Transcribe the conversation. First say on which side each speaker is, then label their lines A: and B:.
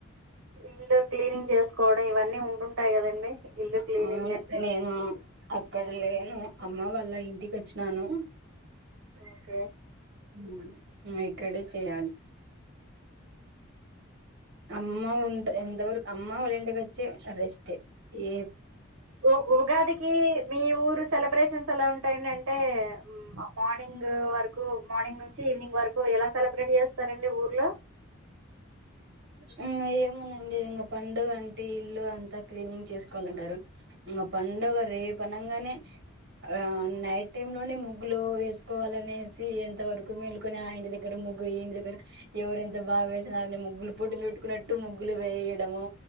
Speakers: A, on the right; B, on the right.
A: ఇళ్ళు క్లీనింగ్ చేసుకోవడం ఇవన్నీ ఉండున్టాయ్ కదండి ఇల్లు
B: అవును
A: క్లీనింగ్ అంటే
B: నేను అక్కడ లేను అమ్మ వాళ్ళ ఇంటికి వచ్చినాను
A: ఓకే
B: హ్మ్ హ్మ్ ఇక్కడే చేయాలి అమ్మ ఉంట ఎంతా అమ్మ వాళ్ళ ఇంటికీవొచ్చి రెస్ట్ ఈ
A: ఉ ఉగాదికి మీ ఊరు సెలబ్రేషన్స్ ఎలా ఉంటాయండిడి మ్ ఆ మార్నింగ్ వరకు మార్నింగ్ నుంచి ఈవినింగ్ వరకు ఎలా సెలబ్రేట్ చేస్తారండి ఊర్లో
B: హ్మ్ ఏముందండి ఇంక పండుగంటే ఇల్లు అంతా క్లీనింగ్ చేసుకోవాలంటారు ఇంగ పండుగ రేపనంగానే ఆ నైట్ టైమ్ లోనే ముగ్గులు వేసుకోవాలనేసి ఎంత వరకు మేల్కొని ఆఇంటి దగ్గర ముగ్గులు ముగ్గు ఈ ఇంటి దగ్గర ఎవరెన్త బా వేసినారని ముగ్గులు పోటీలు పెట్టుకున్నట్టు ముగ్గులు వేయడము